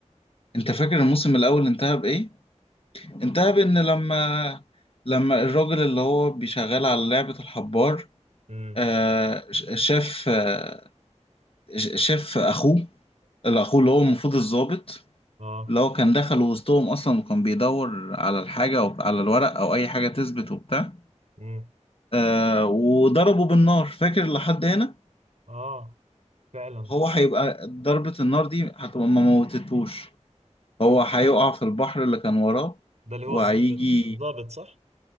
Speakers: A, on the left; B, on the right.
A: انت فاكر الموسم الاول انتهى بايه انتهى بان لما لما الراجل اللي هو بيشغل على لعبة الحبار
B: امم
A: آه، ش- شاف آه، ش- شاف اخوه اللي اخوه اللي هو المفروض الضابط
B: اه
A: اللي هو كان دخل وسطهم اصلا وكان بيدور على الحاجة او على الورق او اي حاجة تثبت وبتاع
B: امم
A: آه، وضربه بالنار فاكر لحد هنا
B: اه فعلا
A: هو هيبقى ضربة النار دي هتبقى ما موتتهوش هو هيقع في البحر اللي كان وراه
B: ده اللي هو
A: وهيجي
B: الضابط الضابط صح؟